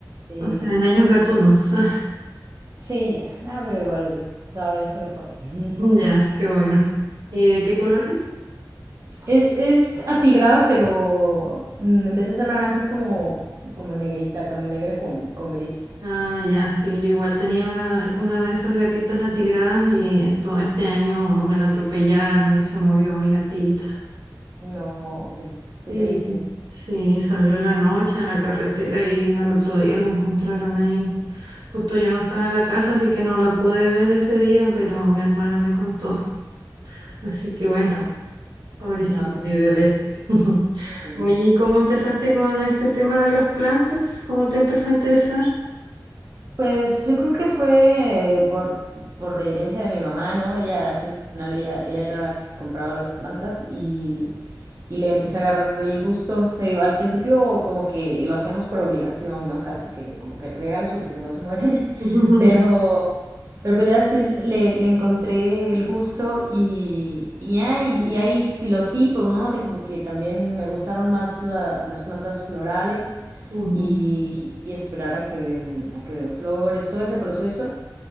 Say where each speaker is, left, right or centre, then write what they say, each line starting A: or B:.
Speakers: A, on the right; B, on the right.
A: Sí,
B: O sea, en años gatunos. <laughs>
A: sí, ya, nada, pero igual todavía se ve joven.
B: Ya,
A: <laughs>
B: qué bueno. ¿Y de qué
A: Sí,
B: colores?
A: sí. Es, es atigrada, pero mm, en vez de ser naranja es como, como negrita, con negro y con, con gris.
B: Ah, ya, sí, yo igual tenía una, una de esas gatitas atigradas y esto, este año me la atropellaron y se murió mi gatita.
A: No, qué, qué
B: Sí,
A: triste.
B: sí, salió en la noche a la carretera y al otro día la encontraron ahí. Justo yo no estaba en la casa, así que no la pude ver ese día, pero mi hermana me contó. Así que bueno,
A: No,
B: pobrecita
A: no, pues,
B: mi bebé. <laughs>
A: mm,
B: Oye, ¿y ¿cómo
A: sí.
B: empezaste con este tema de las plantas? ¿Cómo te empezó a interesar?
A: Pues yo creo que fue por, por herencia de mi mamá, ¿no? Ella al final ella, ella era la que compraba las plantas y, y le empecé a agarrar el gusto. Le digo, al principio como que lo hacemos por obligación, ¿no? Casi que como que riégalas porque si no se mueren,
B: <laughs>
A: <laughs> pero, pero pues ya después le, le encontré el gusto y, y ya, y, y ahí y los tipos, ¿no? O sea, como que también me gustaron más la- las plantas florales
B: Ujú.
A: y, y esperar a que den, a que den flores, todo ese proceso.